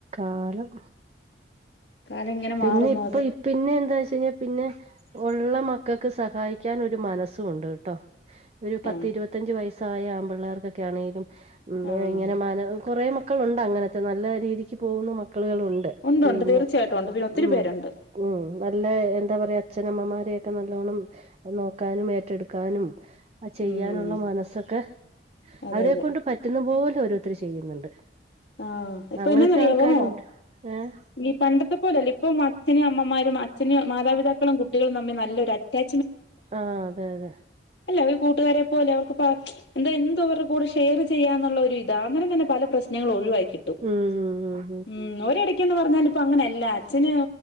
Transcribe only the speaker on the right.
കാലം,
പിന്നെ
ഇപ്പ
ഇപ്പിന്നെ എന്താന്ന്വെച്ചു കഴിഞ്ഞാ പിന്നെ ഒള്ള മക്കക്ക് സഹായിക്കാൻ ഒരു മനസ്സും ഒണ്ട് കെട്ടോ. ഒരു പത്ത്
ഇരുപത്തഞ്ച് വയസ്സായ ആമ്പിള്ളാർക്കൊക്കെ ആണേലും ഉം
ഇങ്ങനെ മന കൊറെ മക്കളുണ്ട് അങ്ങനത്തെ നല്ല രീതിക്ക് പോകുന്ന മ ക്കളുകവുണ്ട്
പിന്നെ
ഉം
ഉം നല്ല എന്താ പറയാ അച്ഛനമ്മമാരെയൊക്കെ നല്ലോണ്ണം നോക്കാനും ഏറ്റെടുക്കാനും ആ ചെയ്യാനുള്ള
മനസ്സൊക്കെ
അവരെ
കൊണ്ട് പറ്റുന്ന പോലൊരു ഒത്തിരി ചെയ്യുന്നുണ്ട്
അങ്ങനത്തെ
ആൾക്കാരും
ഉണ്ട് ഏഹ്
ആഹ് അതെ അതെ
ഉം ഉം